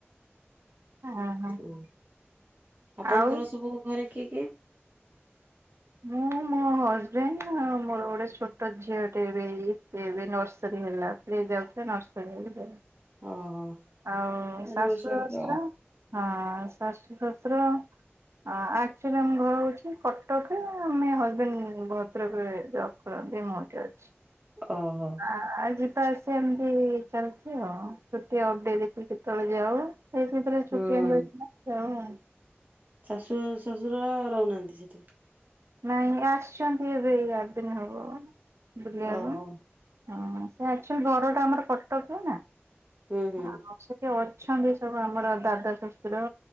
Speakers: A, on the right (about 80°); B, on the right (about 40°).
A: ଓହୋ
B: ହ ଆପଣଙ୍କର
A: ଆଉ
B: ସବୁ ଘରେ କିଏ କିଏ?
A: ମୁଁ ମୋ ହଜବେଣ୍ଡ ଆଉ ମୋର ଗୋଟେ ଛୋଟ ଝିଅ ଟେ ଏବେ ଏଇ ପ୍ଲେ ନର୍ସରୀ ହେଲା ପ୍ଲେ ଯାଉଥିଲା ନର୍ସରୀ ହେଇ
B: ଓହୋ
A: ଆଉ
B: ଚାରି
A: ଶାଶୁ
B: ବର୍ଷ ହେବେ
A: ଶଶୁର
B: ଆଉ
A: ହଁ ଶାଶୁ ଶଶୁର। ଆକ୍ଆଚୁଲି ଆମ ଘର ହଉଛି କଟକ, ଆମେ ହଜବେଣ୍ଡ ଭଦ୍ରକରେ ଜବ୍ କର <unintelligible> ମୁଁ ଏଠି ଅଛି।
B: ଓହୋ
A: ଆ- ଆ - ଆ। ତାର ସେମିତି ଚାଲିଛି ଆଉ, ଛୁଟି ଆଉ <unintelligible> ଦେଖିଲେ କେତେବେଳେ ଯାଉ। ଏଇି ଭିତରେ
B: ହୁଁ
A: ଛୁଟି ଆଣି <unintelligible> ଯାଉ ଆଉ।
B: ଶାଶୁ ଶଶୁର ରହୁନାହାନ୍ତି ସେଠି?
A: ନାଇଁ ଆସିଛନ୍ତି ଏବେ ଏଇ ଆଠ ଦିନ ହବ, ବୁଲିବାକୁ।
B: ଓହୋ
A: ହଁ ସେ ଆକ୍ଚୁଆଲି ଘରଟା ଆମର କଟକ ନା।
B: ହୁଁ ହୁଁ
A: ଆଉ ସେଠି ଅଛନ୍ତି ସବୁ ଆମର, ଦାଦା ଶଶୁର